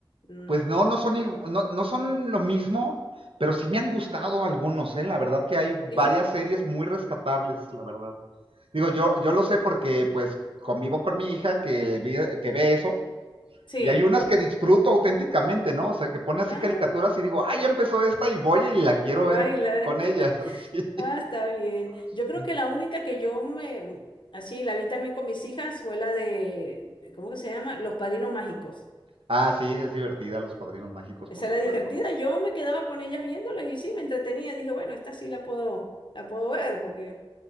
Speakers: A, on the left; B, on the right.
A: Mm.
B: Pues no, no son, igu- no, no son lo mismo, pero sí me han gustado algunos, ¿eh? La verdad que hay
A: ¿Sí?
B: varias series muy rescatables, la verdad. Digo, yo, yo lo sé porque pues convivo con mi hija que, vi- que ve eso,
A: Sí.
B: y hay unas que disfruto auténticamente, ¿no? O sea, que pone así
A: Ah,
B: caricaturas y digo, ah, ya empezó esta y voy y la quiero
A: y
B: ver
A: baila.
B: con
A: <laughs>
B: ella. <laughs>
A: Ah, está bien. Yo
B: Sí.
A: creo que la única que yo me, así, la vi también con mis hijas fue la de, ¿cómo que se llama? Los Padrinos Mágicos.
B: Ah, sí, es divertida, Los Padrinos Mágicos,
A: Esa
B: por supuesto.
A: era divertida. Yo me quedaba con ellas viéndola y sí, me entretenía. Dije, bueno, esta sí la puedo, la puedo ver, porque,